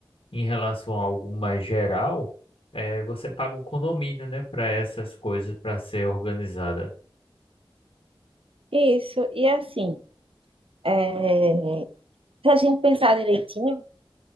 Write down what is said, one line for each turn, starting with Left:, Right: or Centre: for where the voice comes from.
Left: em relação a algo mais geral, é, você paga o condomínio, né, para essas coisas para ser organizada.
Right: Isso, e assim, é, se a gente pensar direitinho.